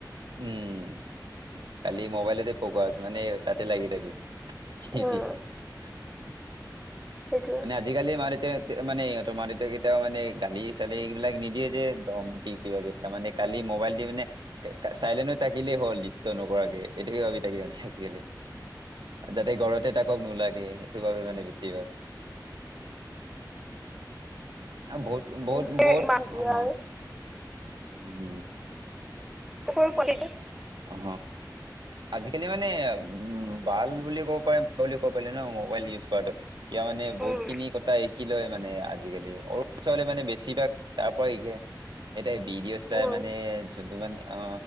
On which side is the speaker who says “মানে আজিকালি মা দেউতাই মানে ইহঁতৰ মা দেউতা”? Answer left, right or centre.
Right